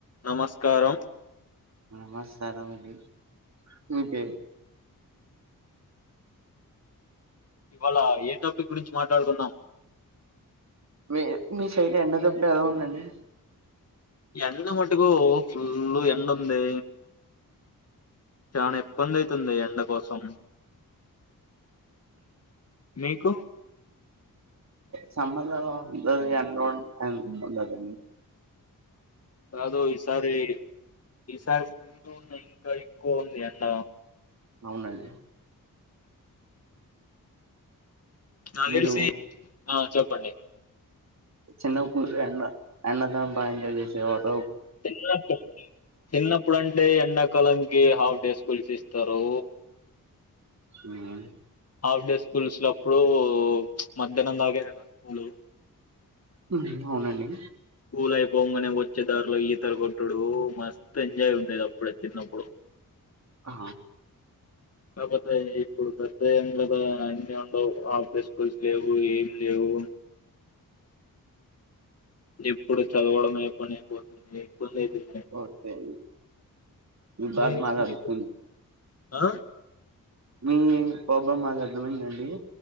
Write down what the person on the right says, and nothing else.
నమస్కారం అండి ఇంకే.
మీ మీ సైడ్ ఎండ దబ్బు ఎలా ఉంది అండి.
సమ్మర్ ఎండ ఉండ్ ఎండ ఉండాదు.
అవునండి
మీరు
చిన్నపుడు ఎండ ఎండ కాలం బాగా ఎంజాయ్ చేసేవారో
మ్మ్
హ్మ్ అవునండి
ఆ
ఓర్ పెన్ మీ బాధ
మాకు అర్థం
అయింది
హ్మ్ బాబామ్ మాది అర్థం అయిందా అండి